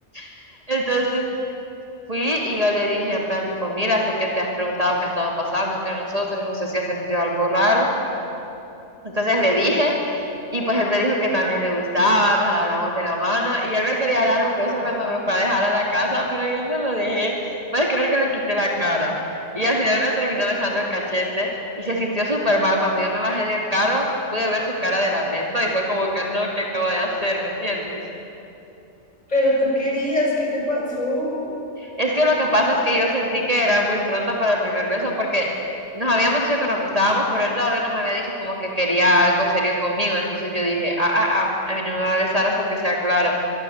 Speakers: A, on the right; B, on the left.
A: <laughs> Entonces, fui y yo le dije en plan, tipo, mira, sé que te has preguntado qué ha estado pasando entre nosotros, no sé si has sentido algo raro. Entonces le dije y pues él me dijo que también le gustaba, nos agarramos de la mano y él me quería dar un beso
B: Ah,
A: cuando me fue a dejar a la casa, pero yo no lo dejé. Puedes creer que le quité la cara. Y al final me terminó besando el cachete y se sintió súper mal. Cuando yo me bajé del carro, pude ver su cara de lamento y fue como que no, ¿qué acabo de hacer? ¿Me entiendes?
B: pero tú querías, ¿qué te pasó?
A: Es que lo que pasa es que yo sentí que era muy pronto para el primer beso porque nos habíamos dicho que nos gustábamos, pero él todavía no me había dicho como que quería algo serio conmigo. Entonces yo dije, ah, ah, ah, a mí no me va a besar hasta que sea claro.